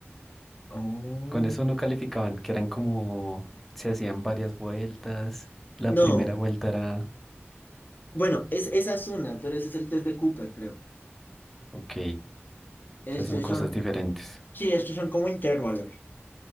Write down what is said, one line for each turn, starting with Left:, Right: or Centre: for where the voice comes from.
Left: Oh.
Centre: Con eso no calificaban, que eran como, se hacían varias vueltas. La
Left: No.
Centre: primera vuelta era,
Left: Bueno, es, esa es una, pero ese es el test de Cooper, creo.
Centre: ok,
Left: Estos
Centre: esas son cosas
Left: son,
Centre: diferentes.
Left: sí, estos son como intervalos.